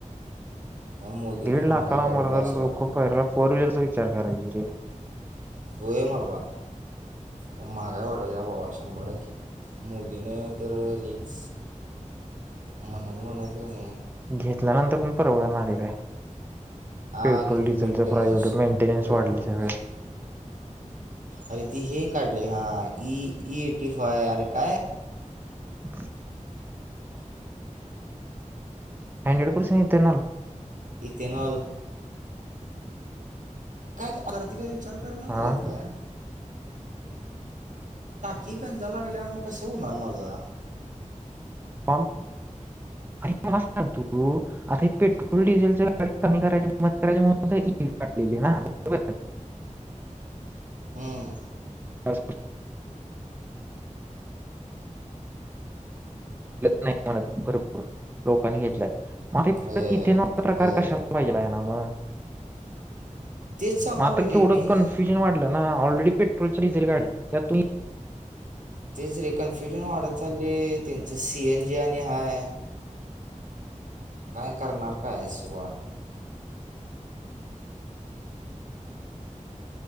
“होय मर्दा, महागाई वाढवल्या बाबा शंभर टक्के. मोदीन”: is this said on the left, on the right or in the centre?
Right